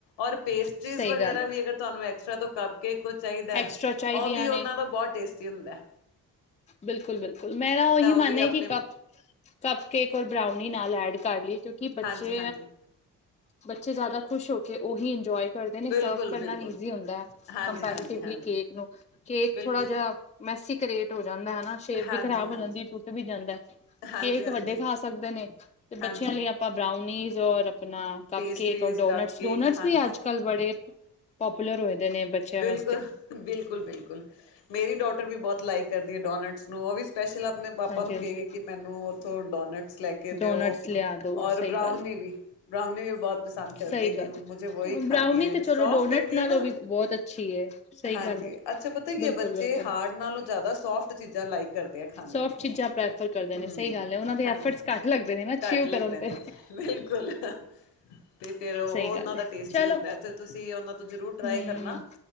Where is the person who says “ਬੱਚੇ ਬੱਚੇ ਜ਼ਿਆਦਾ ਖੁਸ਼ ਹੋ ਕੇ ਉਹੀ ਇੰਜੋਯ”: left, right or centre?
Left